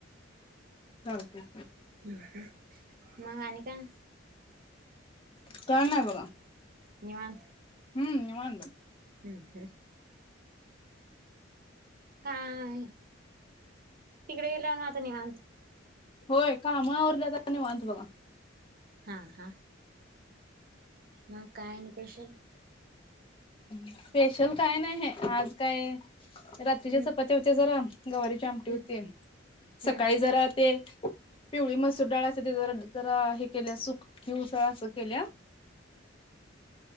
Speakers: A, on the left; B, on the right.
A: चालतय की
B: हम्म मग आणि काय?
A: टाईम आहे बघा
B: निवांत,
A: हम् निवांत आहे बघ,
B: हम्म अ हम्म. काय ई <inaudible> तिकडे गेल्यावर आता निवांत.
A: होय काम आवरल्या वर निवांत बघा,
B: हा आ हा, मग काय आणि स्पेशल.
A: स्पेशल काय नाहीये आहे आज काय रात्रीच्या
B: हम्म
A: चपात्या होत्या जरा गवारीची आमटी
B: हम्म
A: होती सकाळी
B: हम्म
A: जरा ते पिवळी मसूर डाळा ज जरा हे केले असेल कि उसळ अस केल्या,